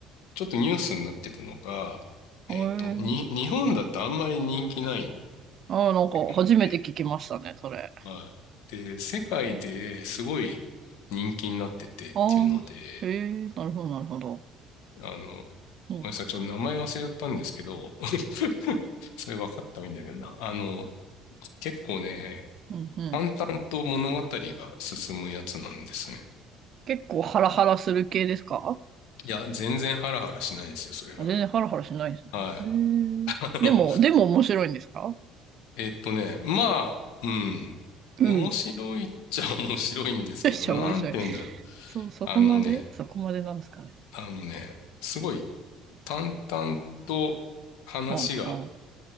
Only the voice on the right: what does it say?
えー、
ああ、なんか初めて聞きましたね、
それ。
ああ、へえなるほど、なるほど。
そうなんだ。
うん、うん。
結構ハラハラする系ですか
あ、全然ハラハラしないですね。
へえでも、
でも面白いんですか
うん。
めっちゃ面白い。
そう、そこまでそこまでなんですかね。
はあ、は